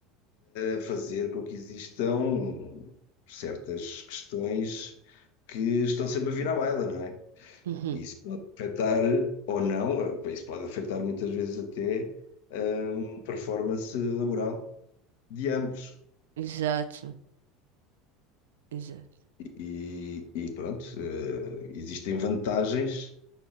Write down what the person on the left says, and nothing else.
a fazer com que existam certas questões que estão sempre a vir à baila, não é?
E isso pode afetar ou não, eh, isso pode afetar muitas vezes até hum, a performance laboral de ambos.
E, e pronto, eh, existem vantagens